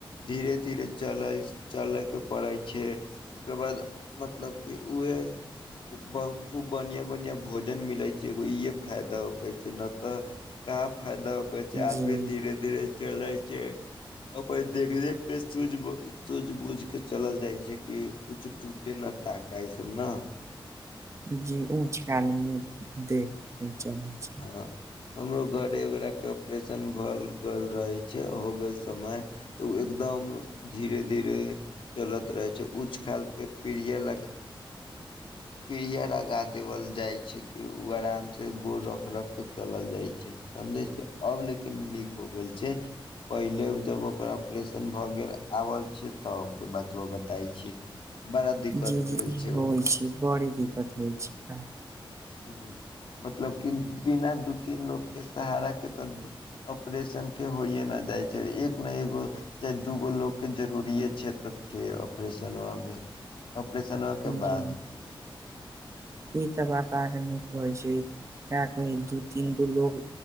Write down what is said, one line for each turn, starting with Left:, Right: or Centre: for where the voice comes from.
Left: धीरे-धीरे चलै चलैके पड़ै छै ओकर बाद मतलब कि उएहे बहु खूब बढ़िआँ-बढ़िआँ भोजन मिलै छै एगो इहे फायदा छैय नै तऽ। कहाँ फायदा होकर छै आदमी
Right: जी
Left: धीरे-धीरे चलै छै। ओकर देखरेख के सूझ सूझ बूझ के चलल जाइ छै कि कुछ टूटे नऽ ताका ई सब नऽ।
Right: जी उ खयाल मे देख के चलै छै।
Left: अहं हमरो घर एकगोरा के ऑपरेशन भऽ गेल रहे छै, हो गेलै समय तऽ उ एकदम धीरे-धीरे चलैत रहै छै, उंच ख्याल पे पीढ़िया ल के। पीढ़िया लगा देवल जाय छैय कि उ आराम से गोड़ रख रख के चलल जाय छै, समझे छै, अब लेकिन नीक हो गेल छै। पहिले जब ओकर ऑपरेशन भए गेल आबल छै तब के बतबा बताय छी। बड़ा दिक्कत
Right: जी-जी
Left: भेल छै
Right: होइ
Left: हुनका
Right: छै बड़ दिकत होइ छै
Left: हुं, मतलब कि बिना दू तीन लोग के सहारा के तऽ ऑपरेशन के होइए न जाइ छै, एक ने एगो चाहे दू गो लोकके जरुरीये छै तऽ छै ऑपरेशन आबै ऑपरेशन हो के बाद।
Right: जी ई तऽ बात अहाॅं कऽ नीक होइ छै। किया त दू तीन गो लोग